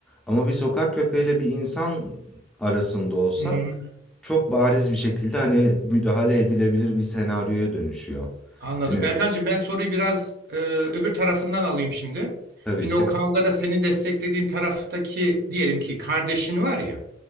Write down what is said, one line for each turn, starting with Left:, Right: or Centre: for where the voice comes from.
Centre: Ama bir sokak köpeğiyle bir insan arasında olsa
Right: Hı-hı.
Centre: çok bariz bir şekilde hani müdahale edilebilir bir senaryoya dönüşüyor.
Right: Anladım.
Centre: Hani
Right: Erkancığım ben soruyu biraz e, öbür tarafından alayım şimdi.
Centre: tabii
Right: Şimdi
Centre: ki.
Right: o kavgada seni desteklediğin taraftaki diyelim ki kardeşin var ya.